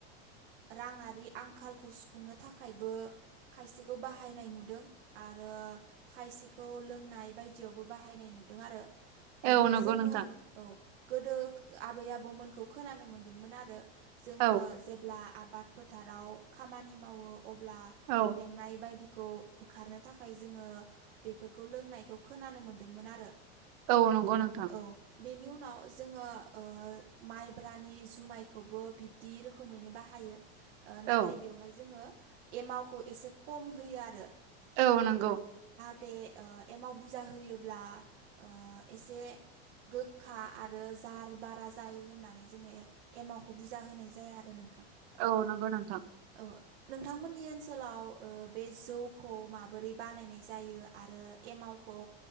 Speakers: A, on the right; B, on the right.
A: राङारि आंखालखौ सुफुंनो थाखायबो खायसे खौ बाहायनाय नुदों आरो खायसेखौ लोंनाय बायदियावबो बाहायनाय नुदों आरो ओ
B: औ नंगौ
A: जोङो
B: नोंथां
A: औ गोदो आबै आबौमोनखौ खोनानो मोनदोंमोन आरो जोङो
B: औ
A: जेब्ला आबाद फोथाराव खामानि मावो अब्ला
B: औ
A: मेंनाय बायदि खौ होखारनो थाखाय जोङो बेफोरखौ लोंनायखौ खोनानो मोनदोंमोन आरो
B: औ नंगौ नोंथां
A: औ बेनि उनाव जोङो ओ माइब्रानि जुमायखौबो बिब्दि रोखोमैनो बाहायो ओ नाथाय
B: औ
A: बेवहाय जोङो एमावखौ एसे खम होयो आरो
B: औ नंगौ
A: ए ओ एमाव बुरजा होयोब्ला ओ एसे गोखा आरो जार बारा जायो होननानै जोङो एमावखौ बुजा होनाय जाया आरो नोंथां
B: औ नंगौ नोंथां
A: ओ नोंथांमोननि ओनसोलाव ओ बे जौखौ माबोरै बानायनाय जायो आरो एमावखौ